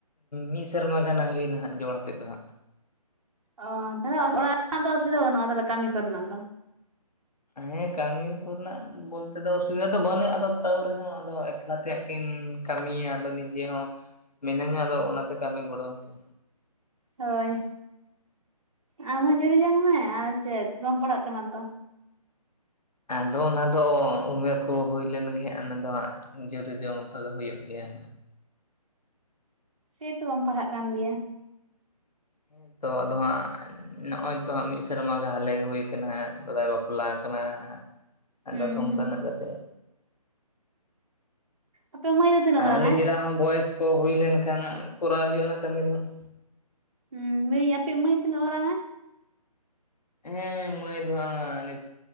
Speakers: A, on the left; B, on the right.
A: ᱢᱤᱫ ᱥᱮᱨᱢᱟ ᱜᱟᱱ ᱦᱟᱸᱜ ᱦᱩᱭᱱᱟ ᱡᱚᱲ ᱟᱛᱮᱫ ᱫᱚ ᱦᱟᱸᱜ
B: ᱚᱻ ᱛᱟᱦᱚᱞᱮ ᱚᱲᱟᱜ ᱨᱮᱱᱟᱜ ᱫᱚ ᱚᱥᱩᱵᱤᱫᱟ ᱵᱟᱹᱱᱩᱜᱼᱟ ᱛᱟᱦᱚᱞᱮ ᱠᱟᱹᱢᱤ ᱠᱚᱨᱮᱱᱟᱜ ᱫᱚ
A: ᱦᱮᱸ ᱠᱟᱹᱢᱤ ᱠᱚᱨᱮᱱᱟᱜ ᱵᱚᱞᱛᱮ ᱫᱚ ᱚᱥᱩᱵᱤᱫᱷᱟ ᱫᱚ ᱵᱟᱹᱱᱩᱜᱼᱟ ᱟᱫᱚ ᱛᱟᱹᱣ ᱨᱮᱦᱚᱸ ᱟᱫᱚ ᱮᱠ ᱞᱟ ᱛᱮ ᱠᱤᱱ ᱠᱟᱹᱢᱤᱭᱟ ᱟᱫᱚ ᱱᱤᱡᱮ ᱦᱚᱸ ᱢᱤᱱᱟᱹᱧᱟ ᱟᱫᱚ ᱚᱱᱟᱛᱮ ᱠᱟᱹᱢᱤ ᱜᱚᱸᱲᱚᱣᱟᱠᱤᱱ
B: ᱦᱳᱭ, ᱟᱢ ᱦᱚᱸ ᱡᱩᱨᱤ ᱡᱚᱝ ᱢᱮ ᱟᱨ ᱪᱮᱫ ᱵᱟᱢ ᱯᱟᱲᱦᱟᱜ ᱠᱟᱱᱟ ᱛᱚ
A: ᱟᱫᱚ ᱚᱱᱟ ᱫᱚ ᱩᱢᱮᱨ ᱠᱚ ᱦᱩᱭ ᱞᱮᱱ ᱜᱮ ᱚᱱᱟ ᱫᱚ ᱦᱟᱸᱜ ᱡᱩᱨᱤ ᱡᱚᱝ ᱢᱟᱛᱚ ᱦᱩᱭᱩᱜ ᱜᱮᱭᱟ
B: ᱥᱮᱛᱚ ᱵᱟᱢ ᱯᱟᱲᱦᱟᱜ ᱠᱟᱱ ᱜᱮᱭᱟ
A: ᱦᱮᱸ ᱛᱚ ᱟᱫᱚ ᱦᱟᱸᱜ ᱱᱚᱜᱼᱚᱭ ᱛᱚ ᱦᱟᱸᱜ ᱢᱤᱫ ᱥᱮᱨᱢᱟ ᱜᱮ ᱦᱟᱞᱮ ᱜᱮ ᱦᱩᱭ ᱠᱟᱱᱟ ᱦᱟᱸᱜ ᱫᱟᱫᱟᱭ ᱵᱟᱯ ᱵᱟᱯᱞᱟ ᱟᱠᱟᱱᱟ ᱦᱟᱸᱜ ᱟᱫᱚ
B: ᱦᱩᱸ
A: ᱥᱚᱝᱥᱟᱨ
B: ᱦᱩᱸ
A: ᱨᱮᱱᱟᱜ ᱠᱟᱛᱮᱜ
B: ᱟᱯᱮ ᱢᱟᱹᱭ ᱛᱤᱱᱟᱹᱜ
A: ᱟᱨ
B: ᱢᱟᱨᱟᱝ
A: ᱱᱤᱡᱮᱨᱟᱜ
B: ᱟᱭ
A: ᱦᱚᱸ ᱵᱚᱭᱮᱥ ᱠᱚ ᱦᱩᱭ ᱞᱮᱱᱠᱷᱟᱱ ᱠᱚᱨᱟᱣ ᱦᱩᱭᱩᱜᱼᱟ ᱚᱱᱟ ᱠᱟᱹᱢᱤ ᱫᱚ ᱦᱟᱸᱜ
B: ᱦᱮᱸ ᱢᱟᱹᱭ ᱟᱯᱮᱭᱤᱡ ᱢᱟᱹᱭ ᱛᱤᱱᱟᱹᱜ ᱢᱟᱨᱟᱝ ᱦᱮᱱᱟᱭ
A: ᱦᱮᱸ ᱢᱟᱹᱭ ᱫᱚ ᱦᱟᱸᱜ ᱟᱞᱮᱥ